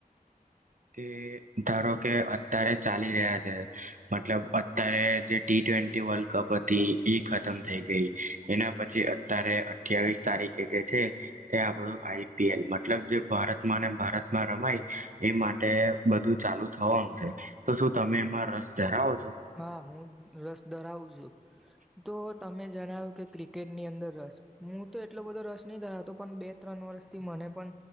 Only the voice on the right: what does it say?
કે ધારો કે અત્યારે ચાલી રહ્યા છે મતલબ અત્યારે જે ટી ટ્વેન્ટી વર્લ્ડ કપ હતી એ ખતમ થઈ ગઈ એના પછી અત્યારે અઠ્યાવીસ તારીખે જે છે તે આપણું આઈ પી એલ મતલબ જે ભારતમાં ને ભારતમાં રમાય એ માટે તે બધું ચાલુ થવાનું છે તો શું તમે એમાં રસ ધરાવો છો.